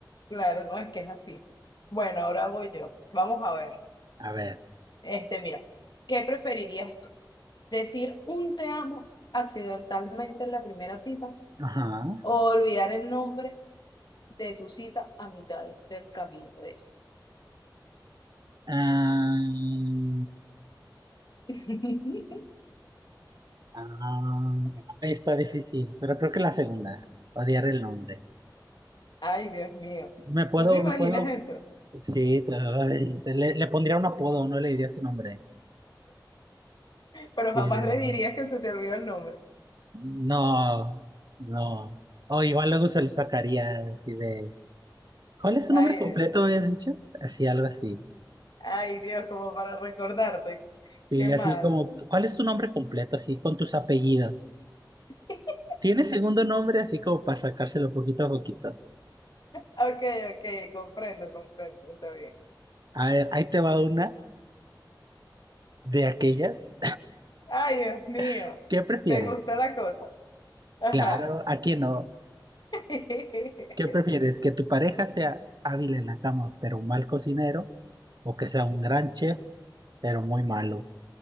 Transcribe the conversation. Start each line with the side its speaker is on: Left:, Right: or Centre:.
Left: claro, no es que es así. Bueno, ahora voy yo. Vamos a ver.
Right: A ver.
Left: Este, mira, ¿qué preferirías tú? ¿Decir un te amo accidentalmente en la primera cita
Right: Ajá.
Left: o olvidar el nombre de tu cita a mitad de- del camino de ella?
Right: Ah,
Left: <laughs>
Right: ah, está difícil, pero creo que la segunda. Odiar el nombre.
Left: Ay, Dios mío.
Right: Me puedo,
Left: ¿Tú te imaginas
Right: me puedo.
Left: eso?
Right: Sí, te- ay, te- le, le pondría un apodo, no le diría su nombre.
Left: Pero
Right: Sí.
Left: jamás le dirías que se te olvidó el nombre.
Right: No, no. O igual luego se lo sacaría así de. ¿Cuál es su
Left: Ay,
Right: nombre completo,
Left: Dios.
Right: me has dicho? Así, algo así.
Left: ay, Dios, como para recordarte.
Right: Sí,
Left: Qué malo.
Right: así como, ¿cuál es tu nombre completo? Así con tus apellidos.
Left: <laughs>
Right: ¿Tiene segundo nombre? Así como para sacárselo poquito a poquito.
Left: Ok, ok, comprendo, comprendo, está bien.
Right: A ver, ahí te va una de aquellas.
Left: Ay, Dios mío,
Right: <laughs> ¿Qué prefieres?
Left: ¿te gustó la cosa? Ajá.
Right: Claro, aquí no.
Left: <laughs>
Right: ¿Qué prefieres? ¿Que tu pareja sea hábil en la cama, pero un mal cocinero? ¿O que sea un gran chef, pero muy malo,